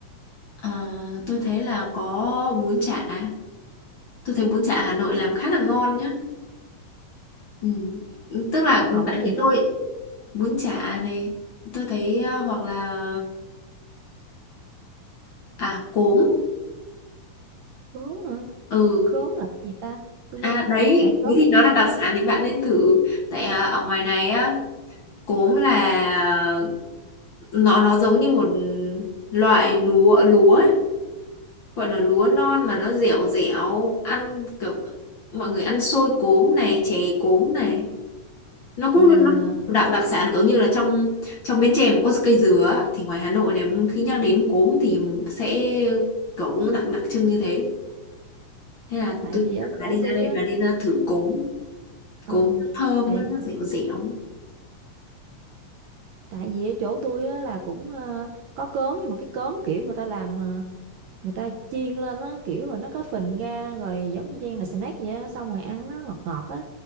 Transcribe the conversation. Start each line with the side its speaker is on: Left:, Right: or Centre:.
Left: Ờ, tôi thấy là có bún chả tôi thấy bún chả Hà Nội làm khá là ngon nhá ừ. tức là
Right: còn, còn
Left: tại
Right: món gì
Left: vì
Right: nữa
Left: tôi
Right: không
Left: bún chả này tôi thấy ờ, hoặc là à cốm
Right: cốm hả
Left: ừ
Right: cốm là cái gì ta tôi
Left: à
Right: nghe
Left: đấy
Right: tại cốm
Left: thế thì nó là đặc
Right: hả?
Left: sản thì bạn nên thử tại à, ở ngoài này á cốm là nó nó giống như một loại lúa lúa ấy. gọi là lúa non mà nó dẻo dẻo ăn kiểu mọi người ăn xôi cốm này chè cốm này nó
Right: tại
Left: cũng
Right: vì
Left: nó
Right: ờ,
Left: đặc đặc sản kiểu như là trong trong Bến Tre mà có cây dừa á, thì ngoài Hà Nội này khi nhắc đến cốm thì sẽ kiểu cũng đặc đặc trưng như thế thế là
Right: tại
Left: tôi
Right: vì
Left: nghĩ
Right: ở
Left: là
Right: chỗ
Left: bà đi ra
Right: tôi
Left: đây
Right: á
Left: bà nên ra thử cốm
Right: ừ
Left: cốm nó thơm
Right: tại
Left: nó dẻo dẻo
Right: tại vì ở chỗ tôi á là cũng ờ, có cốm nhưng mà cái cốm kiểu người ta làm ờ, người ta chiên lên á kiểu rồi nó có phình ra rồi giống như chiên là snack vậy á xong rồi ăn nó ngọt ngọt á